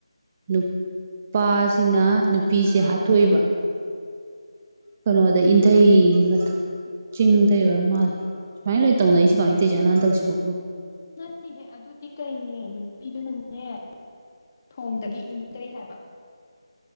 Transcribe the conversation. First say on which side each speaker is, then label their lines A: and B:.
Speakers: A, on the right; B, on the left.
A: ꯅꯨꯄꯥꯁꯤꯅ ꯅꯨꯄꯤꯁꯦ ꯍꯥꯠꯇꯣꯛꯏꯕ ꯀꯩꯅꯣꯗ ꯏꯟ ꯃ ꯆꯤꯡꯗꯩ ꯑꯣꯏꯔ ꯃꯥꯜꯂꯦ ꯁꯨꯃꯥꯏꯅ ꯂꯣꯏ ꯇꯧꯅꯩꯁꯤ ꯁ ꯀꯃꯥꯏꯅ ꯇꯧꯖꯥꯅ ꯍꯟꯗꯛꯁꯤꯐꯥꯎ
B: ꯅꯠꯇꯦꯍꯦ ꯑꯗꯨꯗꯤ ꯀꯩꯅꯦ ꯅꯨꯄꯤꯗꯨꯅꯅꯦ ꯊꯣꯡꯗꯒꯤ ꯏꯟꯖꯩ ꯍꯥꯏꯕ